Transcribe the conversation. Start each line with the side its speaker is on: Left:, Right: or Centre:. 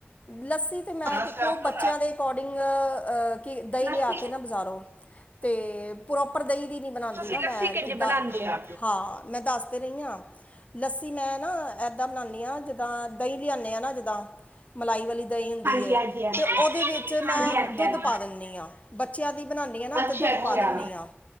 Left: ਲੱਸੀ ਤੇ ਮੈਂ ਦੇਖੋ
Right: ਕਿਹਾ ਤੁਸੀਂ
Left: ਬੱਚਿਆਂ ਦੇ ਅਕੋਰਡਿੰਗ ਅਹ ਕਿ ਦਹੀਂ
Right: ਲੱਸੀ
Left: ਲਿਆ ਕੇ ਨਾ ਬਜ਼ਾਰੋ ਤੇ ਪ੍ਰੋਪਰ ਦਹੀਂ ਨ ਬਣਾਂਦੀ
Right: ਤੁਸੀਂ
Left: ਨਾ
Right: ਲੱਸੀ
Left: ਮੈਂ
Right: ਕਿੰਜ
Left: ਜਿੱਦਾਂ
Right: ਬਣਾਉਂਦੇ ਹੋ?
Left: ਹਾਂ ਮੈਂ ਦੱਸਦੇ ਰਹੀ ਹਾਂ ਲੱਸੀ ਮੈਂ ਨਾ ਏਦਾਂ ਬਣਾਉਦੀ ਹਾਂ ਜਿੱਦਾਂ ਦਹੀਂ ਲਿਆਦੇ ਆ ਨਾ ਜਿੱਦਾਂ <unintelligible> ਮਲਾਈ ਵਾਲੀ ਦਹੀਂ ਹੁੰਦੀ ਹੈ
Right: ਹਾਂਜੀ-ਹਾਂਜੀ-ਹਾਂਜੀ
Left: ਤੇ ਉਹਦੇ ਵਿੱਚ
Right: ਹਾਂਜੀ-ਹਾਂਜੀ-ਹਾਂਜੀ
Left: ਮੈਂ ਦੁੱਧ ਪਾ ਦਿੰਦੀ ਹਾਂ ਬੱਚਿਆਂ ਦੀ ਬਣਾਉਦੀ ਹਾਂ ਨਾ
Right: ਅੱਛਾ-ਅੱਛਾ
Left: ਤੇ ਦੁੱਧ ਪਾ ਦਿੰਦੀ ਹਾਂ